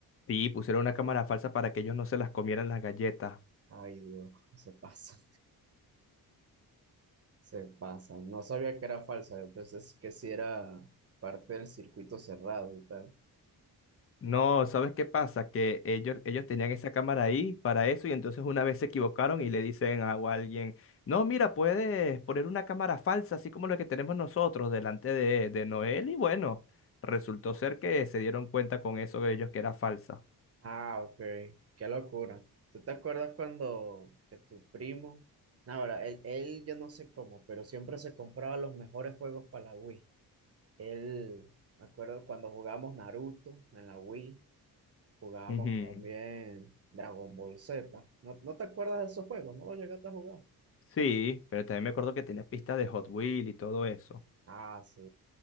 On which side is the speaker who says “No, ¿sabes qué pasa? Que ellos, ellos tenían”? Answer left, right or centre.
Left